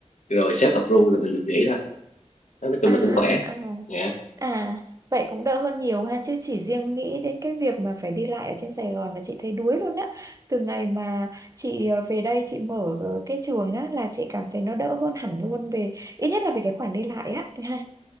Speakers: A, on the left (about 80°); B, on the right (about 30°).
A: rồi sếp approve là mình được nghỉ thôi nói chung
B: à,
A: là cũng khỏe
B: à,
A: Dạ.
B: à. Vậy cũng đỡ hơn nhiều ha, chứ chỉ riêng nghĩ đến cái việc mà phải đi lại ở trên Sài Gòn là chị thấy đuối luôn á. Từ ngày mà chị ờ, về đây chị mở ờ, cái trường á là chị cảm thấy nó đỡ hơn hẳn luôn về ít nhất là về cái khoản đi lại á. Ha.